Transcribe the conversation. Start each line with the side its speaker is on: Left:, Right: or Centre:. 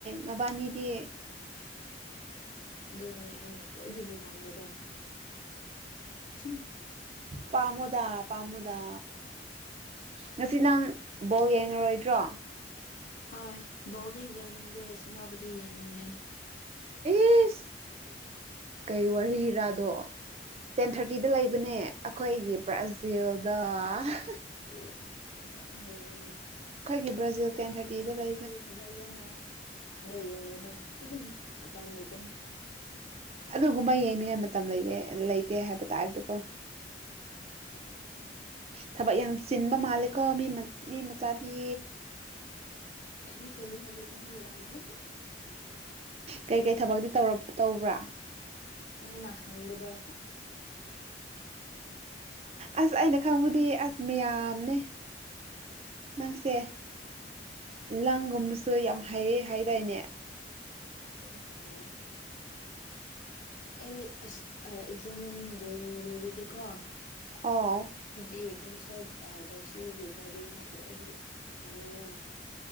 Right: ꯃꯕꯥꯅꯤꯗꯤ
Left: ꯑꯗꯨꯗꯨꯅꯦ ꯑꯩꯅ ꯈ꯭ꯋꯥꯏꯗꯒꯤ ꯄꯥꯝꯖꯕ ꯎꯝ <unintelligible>
Right: ꯄꯥꯝꯃꯨꯗꯥ ꯄꯥꯝꯃꯨꯗꯥ ꯉꯁꯤ ꯅꯪ ꯕꯣꯂ ꯌꯦꯡꯉꯔꯣꯏꯗ꯭ꯔꯣ
Left: ꯍꯣꯏ ꯕꯣꯜꯗꯤ ꯌꯦꯡꯅꯤꯡꯗꯦ ꯁꯥꯟꯅꯕꯗꯤ ꯌꯦꯡꯅꯤꯡꯉꯦ
Right: ꯑꯦꯁ ꯀꯩ ꯋꯥꯔꯤꯔ ꯑꯗꯣ ꯇꯦꯟ ꯊꯥꯔꯇꯤꯗ ꯂꯩꯕꯅꯦ ꯑꯩꯈꯣꯏꯒꯤ ꯕ꯭ꯔꯥꯖꯤꯜꯗꫭ
Left: ꯑꯦ ꯆ <unintelligible>
Right: ꯑꯩꯈꯣꯏꯒꯤ ꯕ꯭ꯔꯥꯖꯤꯜ ꯇꯦꯟ ꯊꯥꯔꯇꯤꯗ ꯂꯩ
Left: ꯑꯩꯗꯤ ꯊꯕꯛ ꯌꯥꯝ ꯂꯩ ꯅꯣꯏ ꯌꯦꯡꯕꯗꫭ ꯃꯇꯝ ꯂꯩꯇꯦ
Right: ꯑꯗꯨꯒꯨꯝꯕ ꯌꯦꯡꯅꯤꯡꯉꯥꯏ ꯃꯇꯝ ꯂꯩꯕ ꯂꯩꯇꯦ ꯍꯥꯏꯕ ꯇꯥꯏꯕꯗꯀꯣ
Left: ꯑꯠꯇ <unintelligible>
Right: ꯊꯕꯛ ꯌꯥꯝ ꯆꯤꯟꯕ ꯃꯥꯜꯂꯦꯀꯣ ꯃꯤ ꯃꯆꯥꯗꯤ
Left: ꯌꯥꯝ ꯆꯤꯟꯂ‌ꯦ ꯍꯧꯖꯤꯛ ꯀꯥꯟꯁꯤ ꯌꯥꯗ꯭ꯔꯦ
Right: ꯀꯩꯀꯩ ꯊꯕꯛꯇꯤ ꯇꯧꯕ꯭ꯔꯥ
Left: ꯅꯪꯅꯥ ꯑꯈꯪꯕꯗꯣ
Right: ꯑꯁ ꯑꯩꯅ ꯈꯪꯕꯗꯤ ꯑꯁ ꯃꯌꯥꯝꯅꯦ ꯅꯪꯁꯦ ꯂꯪꯒꯨꯝꯕꯁꯨ ꯌꯥꯝ ꯍꯩꯌ‌ꯦ ꯍꯥꯏꯗꯥꯏꯅꯦ
Left: ꯌꯥꯝ ꯍꯥꯏꯅꯨꯅ‌ꯦ ꯑꯩ ꯑꯁ ꯑꯦꯛꯖꯥꯝꯗ <unintelligible> ꯂꯩꯔꯗꯤꯦꯀꯣ
Right: ꯑꫭ
Left: ꯑꯩꯗꯤ ꯀ꯭ꯔꯣꯁ ꯁꯥꯏꯠ <unintelligible> ꯖꯔꯁꯤꯒꯤ ꯀꯒꯥꯔꯗꯟꯁꯦ ꯑꯩꯗꯤ ꯀꯥꯅꯤꯡꯉꯣ <unintelligible>